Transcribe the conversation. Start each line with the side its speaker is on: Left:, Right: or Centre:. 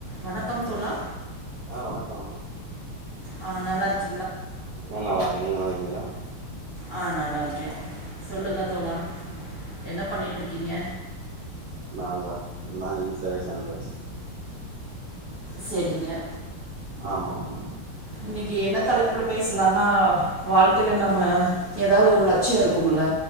Left: வணக்கம் தோழா
Right: அ வணக்கோ
Left: அ நல்லா இருக்
Right: நா நல்லா இருக்கே நீங்க நல்லா இருக்கீங்களா
Left: அ நல்லா இருக்கே சொல்லுங்க
Right: ஆ
Left: தோழா என்ன பண்ணிட்ருக்கீங்க
Right: நாங்களா நா இசர்வீஸ் பன்ரே
Left: செரிங்க
Right: ஆமா ஆமா
Left: இன்னைக்கி என்ன தலைப்புல பேசலானா வாழ்க்கைல நம்ம ஏதாது ஒரு ல ச்சியோ இருக்கும்ல